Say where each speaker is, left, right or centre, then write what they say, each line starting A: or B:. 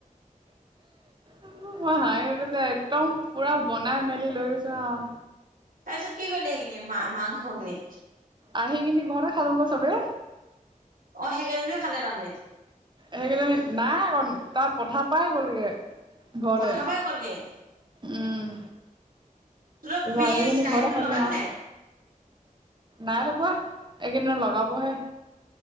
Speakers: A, on the right (about 35°); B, on the right (about 90°).
A: উম', মই হাঁহি উঠিছে যে একদম পুৰা বনাই মেলি লৈ গৈছোঁ অহ
B: তাৰপিছত কি কৰিলি এইখিনি মাংসখিনি?
A: আৰু এইখিনি ঘৰতে খালোঁ আকৌ চবে।
B: অ'। সেইকেইজনীও খালে তাৰমানে?
A: সেইকেইজনী নাই অকল তাৰ পথাৰ পাই গ'লগে। ঘৰলে,
B: পথাৰ পৰাই গ'লগে
A: উম'।
B: তহঁতৰ
A: তা
B: ফ্ৰিজ
A: আহি কিনে
B: কাৰেণ্টটো
A: ঘৰতে খাই
B: লগালি
A: দিলে আৰু,
B: নাই
A: নাই লগোৱা। এইকেইদিন লগাবহে।